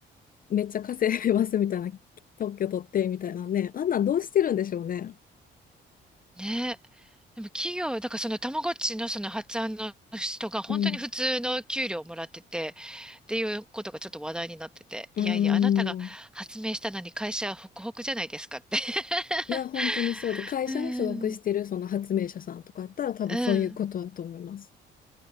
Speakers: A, on the left (about 45°); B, in the centre.
A: めっちゃ稼いでますみたいな、特許取ってみたいなね。あんなんどうしてるんでしょうね。
B: ねでも企業、だからそのたまごっちのその発案の人が本当に普通の給料をもらってて、
A: うん。
B: っていうことがちょっと話題になってて、
A: うー
B: いやいや、あなたが発明したのに会社はホクホクじゃないですかって。
A: ん。いや、
B: <laughs>
A: 本当にそうで、会社に所属してるその発明者さんとかだったら多分そういうことだと思います。
B: うん。<laughs> うん、